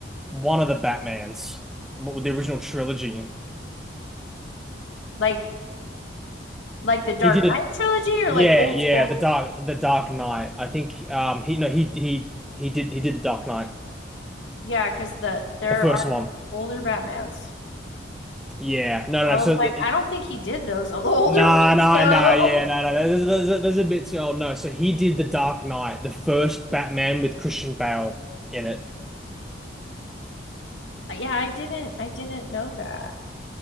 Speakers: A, in the centre; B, on the left (about 75°).
A: one of the Batmans, what with the original trilogy.
B: Like, like the Dark
A: He did
B: Knight
A: it.
B: trilogy or
A: Yeah,
B: like old
A: yeah.
B: school.
A: The Dark, the Dark Knight. I think um he no he he he did he did the Dark Knight,
B: Yeah, because the there
A: the first
B: are
A: one.
B: older Batmans.
A: Yeah, no,
B: I
A: no.
B: was
A: So
B: like,
A: the,
B: I don't think he did those o- <laughs> older
A: Nah,
B: ones
A: nah,
B: though.
A: nah, yeah, no,
B: <laughs>
A: no, There's, there's, there's a bit too old. No, so he did The Dark Knight, the first Batman with Christian Bale in it.
B: Yeah, I didn't, I didn't know that.